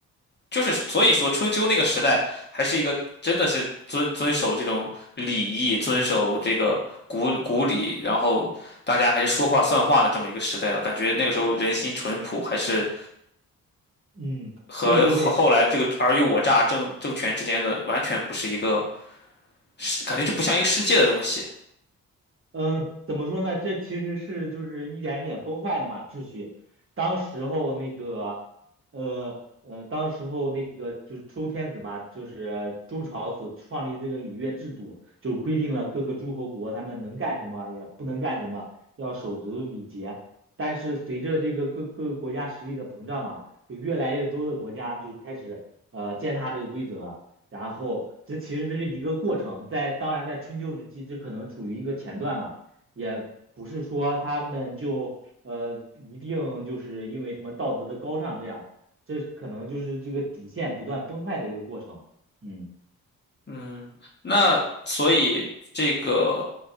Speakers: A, on the left (about 30°); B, on the right (about 35°).
A: 就是，所以说春秋那个时代还是一个真的是遵遵守这种礼义、遵守这个古古礼，然后大家还是说话算话的这么一个时代啊。感觉那个时候人心淳朴，还是。
B: 嗯，
A: 和和后来这个尔虞我诈政政权之间的完全不是一个
B: 对对对，
A: 世，感觉就不像一个世界的东西。
B: 嗯，怎么说呢？这其实是就是一点一点崩坏的嘛，秩序。当时候那个，呃呃，当时候那个就是周天子嘛，就是周朝所创立的这个礼乐制度，就规定了各个诸侯国他们能干什么，也不能干什么，要守足礼节。但是随着这个各各个国家实力的膨胀嘛，就越来越多的国家就开始呃践踏这个规则，然后这其实是一个过程，在当然在春秋时期，这可能处于一个前段吧，也不是说他们就呃一定就是因为什么道德的高尚这样，这可能就是这个底线不断崩坏的一个过程。嗯
A: 嗯，那所以这个